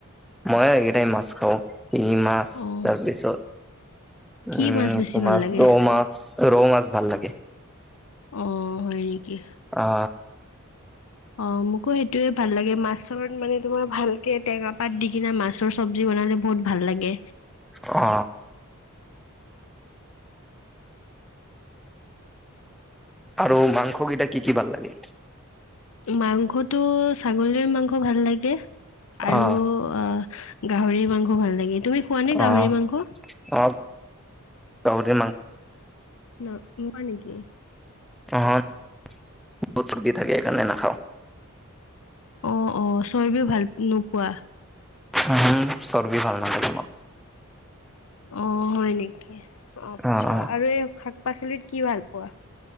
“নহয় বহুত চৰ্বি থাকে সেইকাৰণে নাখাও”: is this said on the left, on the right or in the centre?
Centre